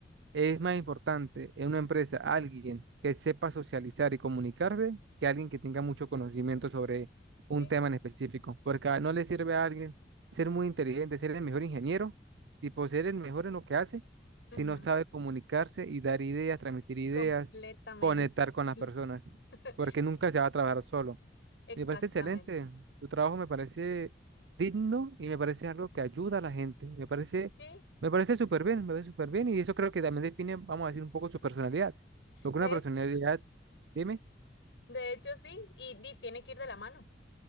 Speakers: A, on the right (about 80°); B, on the left (about 85°).
A: es más importante en una empresa alguien que sepa socializar y comunicarse que alguien que tenga mucho conocimiento sobre
B: sí,
A: un tema en específico. Porque a- no le sirve a alguien ser muy inteligente, ser el mejor ingeniero, tipo ser el mejor en lo que hace,
B: ujú,
A: si no sabe comunicarse y dar ideas, transmitir ideas,
B: completamente.
A: conectar con las personas,
B: <laughs>
A: porque nunca se va a trabajar solo.
B: Exactamente.
A: Me parece excelente. Tu trabajo me parece digno y me parece algo que ayuda a la gente. Me parece,
B: Sí,
A: me parece súper bien, me parece súper bien. Y eso creo que también define, vamos a decir, un poco su personalidad. Porque
B: de
A: una personalidad,
B: hecho,
A: dime,
B: de hecho sí, y, y tiene que ir de la mano,